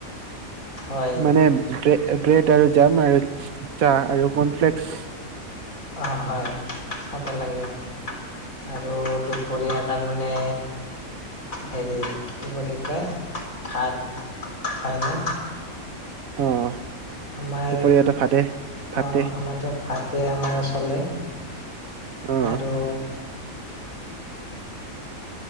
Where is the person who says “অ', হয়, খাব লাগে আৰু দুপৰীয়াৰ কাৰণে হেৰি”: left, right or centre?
Left